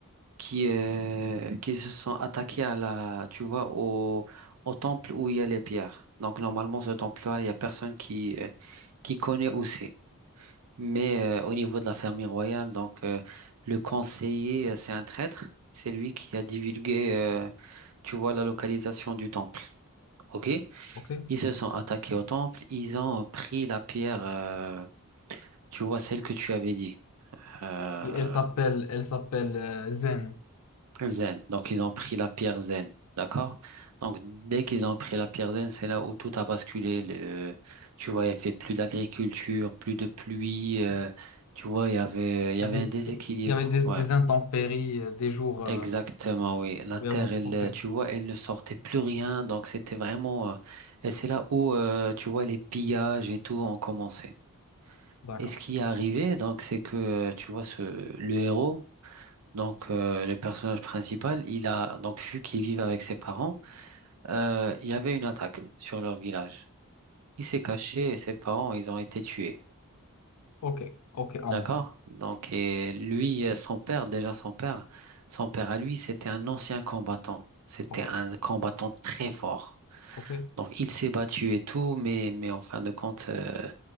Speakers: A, on the right; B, on the left.
A: qui, euh, qui se sont attaqués à la, tu vois, au, au temple où il y a les pierres. Donc, normalement, ce temple-là, il y a personne qui, euh, qui connaît où c'est. Mais euh, au niveau de la famille royale, donc, euh, le conseiller, euh, c'est un traître. C'est lui qui a divulgué, euh, tu vois, la localisation du temple. OK?
B: ok?
A: Ils se sont attaqués au temple. Ils ont pris la pierre. euh, tu vois celle que tu avais dit, euh,
B: Et elle s'appelle, elle s'appelle euh, Zen.
A: zen. Donc ils ont pris la pierre zen, d'accord? Donc dès qu'ils ont pris la pierre zen, c'est là où tout a basculé. Le- tu vois, il n'y avait plus d'agriculture, plus de pluie. euh, tu vois, il y avait, il y
B: Il
A: avait
B: y avait,
A: un déséquilibre.
B: il y avait des,
A: Ouais,
B: des intempéries, euh, des jours euh,
A: exactement, oui. La
B: où
A: terre,
B: il y a beaucoup.
A: elle,
B: Ok,
A: euh, tu vois, elle ne sortait plus rien. Donc c'était vraiment. euh, et c'est là où, euh, tu vois, les pillages et tout ont commencé.
B: d'accord.
A: Et ce qui est arrivé, donc, c'est que, euh, tu vois, ce, le héros. Donc, euh, le personnage principal, il a donc vu qu'il vivait avec ses parents, euh, il y avait une attaque sur leur village. Il s'est caché et ses parents, ils ont été tués.
B: Ok, ok, à
A: D'accord?
B: moi.
A: Donc, et lui, euh, son père, déjà son père, son père à lui, c'était un ancien combattant. C'était
B: Ok,
A: un combattant très fort.
B: ok,
A: Donc, il s'est battu et tout, mais, mais en fin de compte, euh,